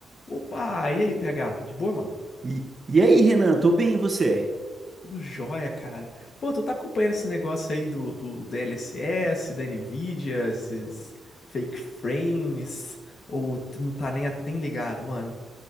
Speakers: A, on the left (about 55°); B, on the right (about 30°).
A: Opa, e aí, PH? De boa, mano?
B: E, e aí, Renan, tô bem, e você?
A: Tudo jóia, cara. Pô, tu tá acompanhando esse negócio aí do, do DLSS, da Nvidia, esses fake frames, ou tu não tá nem, a- nem ligado, mano?